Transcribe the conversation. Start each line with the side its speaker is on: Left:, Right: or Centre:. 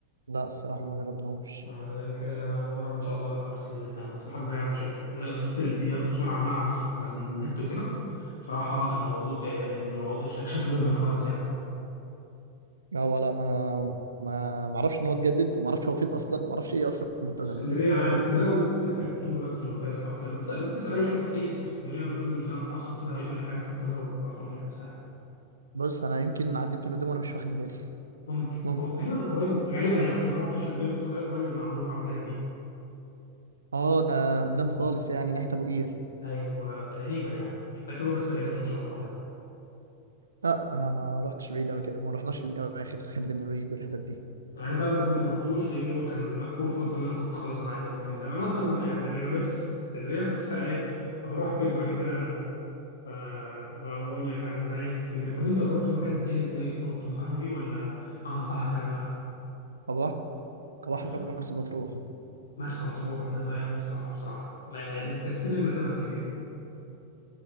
Right: لا الصراحة ما جربناهوش
Left: آه، ده الحاجه اللي انا هجربها ان شاء الله لما اروح اسكندريه تاني انصحك بقى يعني بشده انا شفت الفيديوهات والصور عنها على الس- على النت وكده بصراحه
Right: مم.
Left: الموضوع آه، الموضوع شك- شكله مبهر خالص يعني
Right: لا ولا انا ما ما اعرفش ان هو اتجدد وما اعرفش هو فين اصلا وما اعرفش ايه اصلا المنتزه
Left: اسكندريه
Right: ده
Left: عادي اسكندريه وبتركب تقول له بس المنتزه او كلام تسال تسال اي حد في اي حته في اسكندريه تقول له ازاي اروح قصر المنتزه هيقول لك هنركب كذا وهتروح يعني سهل
Right: بص انا يمكن عديت من قدامه وانا مش واخد بالي
Left: ممكن
Right: ممكن
Left: هو غالبا قريب غالبا يعني عشان ما رحتش قبل كده بس هو غالبا قريب المعموره والحتت دي
Right: اه ده قدام خالص يعني ناحية ابو قير
Left: ايوه تقريبا يعني مش متاكد قوي بس غالبا ان شاء الله يعني
Right: لا انا ما رحتش بعيد قوي كده ما رحناش للاخر خالد بن الوليد والحتت دي
Left: يعني انا بقى برضه ما رحتوش لان هو كان مقفول فتره اللي انا كنت خلاص انا عايز اروح هنا انا اصلا يعني انا جامعتي في اسكندريه <laughs> فايه فبروح كتير فعشان كده آه، ب- بقول لك يعني انا ايه اسكندريه طب انت جربت مكان تاني كويس برضه تنصحني بيه ولا انصحك انا بقى
Right: كبحر كبحر
Left: م-
Right: مرسى مطروح
Left: مرسى مطروح ده انا بقى اللي نفسي اروحها بصراحه ما- اللي مكسل لي المسافه الكبيره